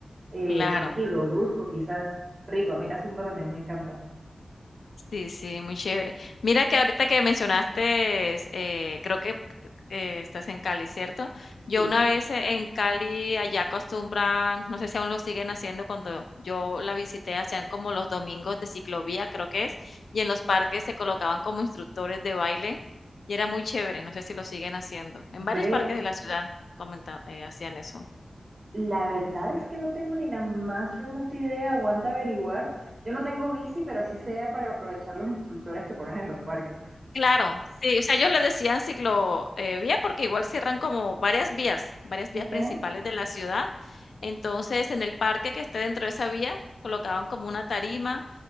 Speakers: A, on the right; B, on the left.
A: eh,
B: claro.
A: seguido, brusco, quizás rico. A mí la Zumba también me encanta.
B: Sí, sí, muy chévere. Mira que ahorita que mencionaste, eh, creo que eh, estás en Cali, ¿cierto? Yo
A: Sí.
B: una vez eh, en Cali, allá acostumbran, no sé si aún lo siguen haciendo, cuando yo la visité, hacían como los domingos de ciclovía, creo que es, y en los parques se colocaban como instructores de baile y era muy chévere, no sé si lo siguen haciendo. En varios
A: Ve,
B: parques de la ciudad comenta- eh, hacían eso.
A: La verdad es que no tengo ni la más remota idea, aguanta averiguar. Yo no tengo bici, pero sí sea para aprovechar los instructores que ponen en los parques.
B: Claro, sí, o sea, ellos le decían ciclo, eh, vía, porque igual cierran como varias vías, varias
A: ¿ok?
B: vías principales de la ciudad. Entonces, en el parque que esté dentro de esa vía, colocaban como una tarima